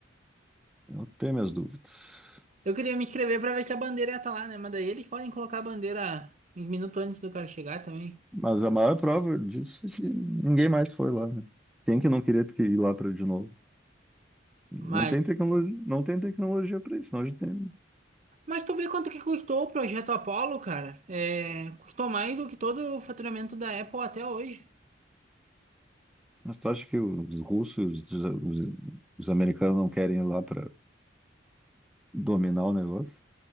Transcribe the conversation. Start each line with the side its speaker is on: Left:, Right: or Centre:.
Centre: Eu tenho minhas dúvidas.
Right: Eu queria me inscrever pra ver se a bandeira ia estar lá, né? Mas daí eles podem colocar a bandeira um minuto antes do cara chegar também.
Centre: Mas a maior prova disso é que ninguém mais foi lá, né? Quem que não queria ter que ir lá para de novo? Não
Right: Mas,
Centre: tem tecnologia, não tem tecnologia para isso, senão a gente tem
Right: mas tu vê quanto que custou o projeto Apollo, cara? É, custou mais do que todo o faturamento da Apple até hoje.
Centre: Mas tu acha que os russos, os, os- os americanos não querem ir lá para dominar o negócio?